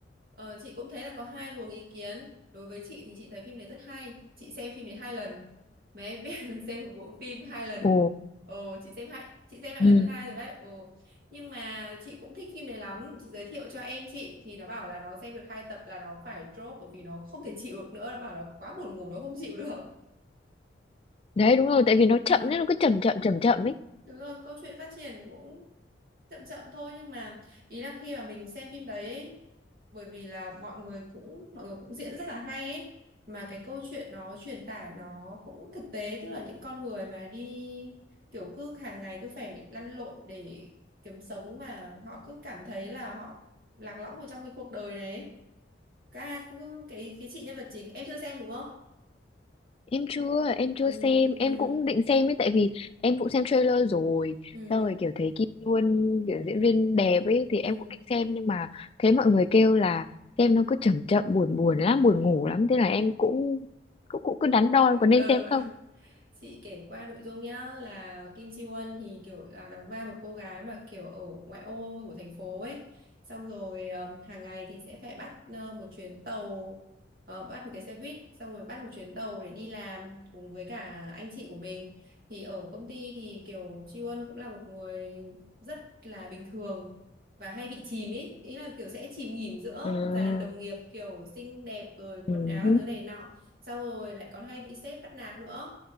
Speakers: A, on the right (about 55°); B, on the left (about 30°).
A: ờ, chị cũng thấy là có hai luồng ý kiến. Đối với chị thì chị thấy phim đấy rất hay. Chị xem phim đấy hai lần. Mà em biết là <laughs> xem một bộ phim hai lần.
B: ồ
A: Ồ, chị xem hai, chị xem lại
B: ừ.
A: lần thứ hai rồi đấy. Ồ. Nhưng mà chị cũng thích phim đấy lắm. Chị giới thiệu cho em chị thì nó bảo là nó xem được hai tập là nó phải drop bởi vì nó không thể chịu được nữa. Nó bảo là quá buồn ngủ nó không chịu <laughs> được.
B: đấy đúng rồi tại vì nó
A: Ừ,
B: chậm nên nó cứ chậm chậm chậm chậm ấy
A: đúng rồi, câu chuyện phát triển cũng chậm chậm thôi nhưng mà ý là khi mà mình xem phim đấy ấy, bởi vì là mọi người cũng mọi người cũng diễn rất là hay ấy mà cái câu chuyện nó truyền tải nó cũng thực tế tức là những con người mà đi kiểu cứ hàng ngày cứ phải lăn lộn để kiếm sống và họ cứ cảm thấy là họ lạc lõng ở trong cái cuộc đời này ấy. Các cứ cái cái chị nhân vật chính em chưa xem đúng không?
B: Em chưa, em chưa
A: Ừ
B: xem, em
A: ừ
B: cũng định xem ấy tại vì em cũng xem trailer rồi.
A: ừ
B: sau rồi kiểu thấy Kim Yoon kiểu diễn viên đẹp ấy thì
A: ừ
B: em cũng định xem nhưng mà thấy mọi người kêu là xem nó cứ chậm chậm buồn buồn
A: ừ. ừ.
B: lắm, buồn ngủ lắm thế là em cũng cũng cũng cứ đắn đo có nên
A: Ờ,
B: xem không.
A: chị kể qua nội dung nhá là Kim Ji Won thì kiểu là đóng vai một cô gái mà kiểu ở ngoại ô của thành phố ấy xong rồi um, hàng ngày thì sẽ phải bắt ờ, một chuyến tàu ờ, bắt một cái xe buýt xong rồi bắt một chuyến tàu để đi làm cùng với cả anh chị của mình thì ở công ty thì kiểu Ji Won cũng là một người rất là bình thường và hay bị chìm ý ý là kiểu sẽ chìm nghỉm giữa
B: À,
A: dàn đồng nghiệp kiểu xinh đẹp rồi
B: Ừ.
A: quần áo các thứ này nọ xong rồi lại còn hay bị sếp bắt nạt nữa